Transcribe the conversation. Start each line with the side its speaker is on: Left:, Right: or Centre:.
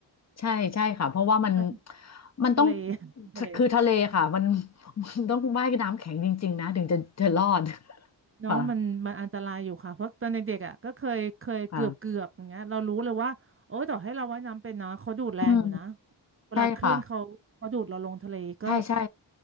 Left: ใช่ใช่ค่ะเพราะว่ามัน
Right: <laughs>
Left: มันต้อง
Right: ทะเล <laughs> ทะเล
Left: คือทะเลค่ะมัน <laughs> มันต้องว่ายน้ำแข็งจริงๆนะถึงจะจะรอด <laughs>
Right: เนาะมันมันอันตรายอยู่ค่ะเพราะตอนเด็กๆอ่ะก็เคยเคยเกือบเกือบอย่างเงี้ยเรารู้เลยว่าโอ้ยต่อให้เราว่ายน้ำเป็นนะเขาดูดแรงอยู่นะ
Left: ค่ะค่ะอืม
Right: เวลาคลื่นเขาเขาดูดเราลงทะเลก็
Left: ใช่ค่ะใช่ใช่